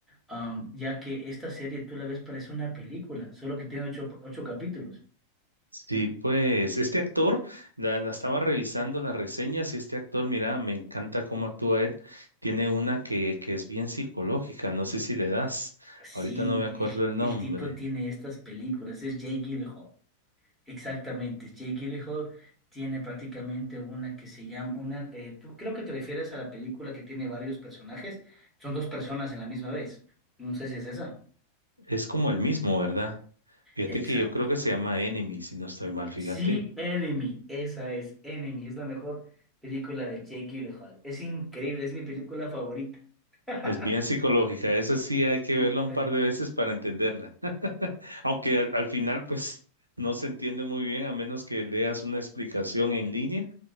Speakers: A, in the centre; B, on the right.
A: Am, ya que esta serie tú la ves parece una película, solo que tiene ocho, ocho capítulos.
B: Sí, pues este actor, la, la estaba revisando las reseñas y este actor, mira, me encanta cómo actúa él. Tiene una que, que es bien psicológica, no sé si le das.
A: Sí,
B: Ahorita no me acuerdo
A: el,
B: el nombre.
A: el tipo tiene estas películas, es Jay Gyllenhaal. Exactamente, Jake Gyllenhaal tiene prácticamente una que se llama, una, eh, tú creo que te refieres a la película que tiene varios personajes, son dos personas en la misma vez, no sé si es esa.
B: Es como el mismo, ¿verdad? Fíjate
A: Exacto.
B: que yo creo que se llama Enemy, si no estoy mal, fíjate.
A: Sí, Enemy, esa es Enemy, es la mejor película de Jake Gyllenhaal, es increíble, es mi película favorita. <laughs>
B: Es bien psicológica, esa sí hay que
A: Súper.
B: verla un par de veces para entenderla. <laughs> Aunque al al final, pues, no se entiende muy bien a menos que leas una explicación en línea